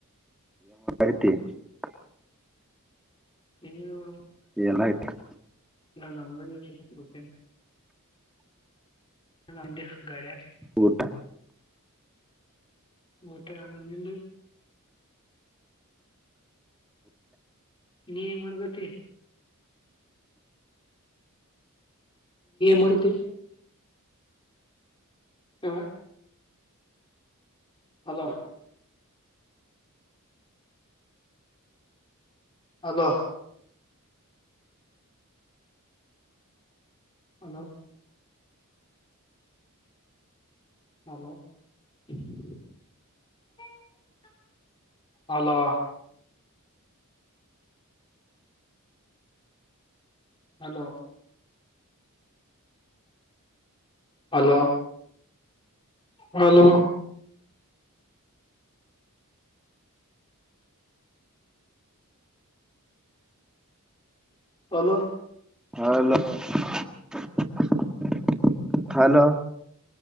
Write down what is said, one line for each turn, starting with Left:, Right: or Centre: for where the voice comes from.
Centre: ನ್ತಿ <unintelligible>
Left: ಇ ನ <unintelligible>
Centre: ಏನ್ಯ್ತು <inaudible>
Left: ನ ನಂಬ ಸತೆ <unintelligible> <inaudible> ಅಂದು ಗಡ <unintelligible>
Centre: ಊಟ
Left: ಮುಊಟೆಡಾಗ ಎಂದು <unintelligible> ನೀ ಮಾಡರ್ಗತಿ <unintelligible> ಮಾಡತಿ <unintelligible> ಸ <inaudible> hello, hello,, hello, hello <unintelligible> hello,, hello, - hello,, hello,, hello,
Centre: hello <unintelligible> hello